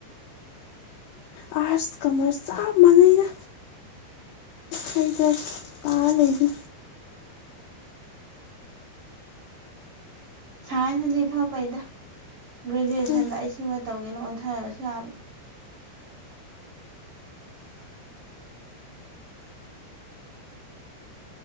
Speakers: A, on the left; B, on the right.
A: ꯑꯥꯔꯠꯁ ꯀꯃꯔꯁ ꯆꯞ ꯃꯥꯟꯅꯩꯅ ꯍꯗ ꯇꯥ ꯂꯩꯔꯤ
B: ꯁꯥꯏꯟꯁꯅꯗꯤ ꯏꯐ ꯐꯩꯗ ꯒ꯭ꯔꯦꯖꯨꯌꯦꯁꯟꯗ
A: ꯍꯣꯏ
B: ꯑꯩ ꯁꯤꯃ ꯇꯧꯒꯦꯅ ꯑꯣꯟꯊꯔꯁꯨ ꯌꯥꯕ